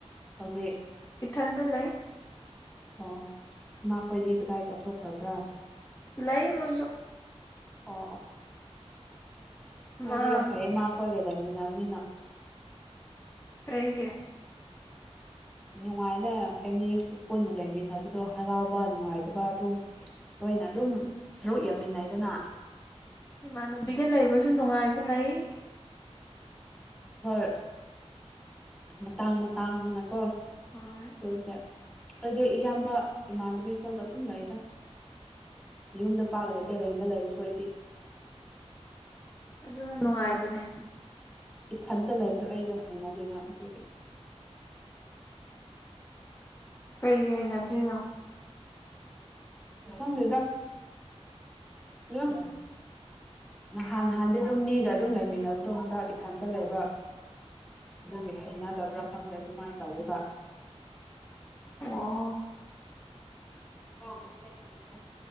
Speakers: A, in the centre; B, on the left.
A: ꯍꯧꯖꯤꯛ
B: ꯏꯊꯟꯗ ꯂꯩ
A: ꯑꯣ ꯅꯈꯣꯏꯗꯤ ꯀꯗꯥꯏ ꯆꯠꯊꯣꯛꯈ꯭ꯔꯕ꯭ꯔꯥ
B: ꯂꯩ ꯃꯣꯏꯁꯨ
A: ꯑꯣ ꯑꯣ ꯑꯁ ꯅꯣꯏꯗꯤ
B: ꯃꯥ
A: ꯌꯥꯝ ꯐꯩ ꯏꯃꯥ ꯈꯣꯏꯒꯗꯕꯃꯤꯅꯤꯅ
B: ꯀꯩꯒ
A: ꯅꯨꯡꯉꯥꯏꯅ ꯐꯦꯃꯤꯂꯤ ꯄꯨꯟꯅ ꯂꯩꯃꯤꯟꯅꯕꯗꯣ ꯍꯔꯥꯎꯕ ꯅꯨꯡꯉꯥꯏꯇꯕ ꯑꯗꯨꯝ ꯂꯣꯏꯅ ꯑꯗꯨꯝ ꯁꯔꯨꯛ ꯌꯥꯃꯤꯟꯅꯩꯗꯅ
B: ꯏꯃꯥꯟꯅꯕꯤꯒ ꯂꯩꯕꯁꯨ ꯅꯨꯡꯉꯥꯏꯕ ꯂꯩ
A: ꯍꯣꯏ ꯃꯇꯥꯡ ꯃꯇꯥꯡꯅꯀꯣ
B: ꯍꯣꯏ
A: ꯑꯗꯨ ꯑꯗꯨꯗꯤ ꯏꯌꯥꯝꯕ ꯏꯃꯥꯟꯅꯕꯤ ꯈꯜꯗ ꯑꯗꯨꯝ ꯂꯩꯗ ꯌꯨꯝꯗ ꯄꯥꯛ ꯂꯩꯇꯦ ꯔꯦꯟꯗ ꯂꯩꯔꯁꯨ ꯑꯩꯗꯤ
B: ꯑꯗꯨꯅ ꯅꯨꯡꯉꯥꯏꯕꯅꯦ
A: ꯏꯊꯟꯇ ꯂꯩꯕꯗꯣ ꯑꯩꯗꯣ ꯍꯥꯏꯩꯅꯗꯕ ꯑꯗꯨꯒꯤ
B: <unintelligible> ꯀꯩꯒꯤ ꯍꯅꯗ꯭ꯔꯤꯅꯣ
A: ꯃꯗꯗ ꯝ ꯅꯍꯥꯟ ꯅꯍꯥꯟꯗꯤ ꯑꯗꯨꯝ ꯃꯤꯒ ꯑꯗꯨꯝ ꯂꯩꯃꯤꯟꯅꯕꯗꯣ ꯍ ꯆꯥꯛ ꯏꯊꯥꯟꯗ ꯂꯩꯕ ꯑꯗꯨꯒꯤ ꯍꯦꯡꯅꯗꯕ꯭ꯔꯥ ꯈꯪꯗ꯭ꯔꯦ ꯑꯗꯨꯃꯥꯏꯅ ꯇꯧꯋꯕ
B: ꯑꯣ
A: ꯍ ꯆꯠꯇꯦꯅꯦ ꯆꯠꯇꯦ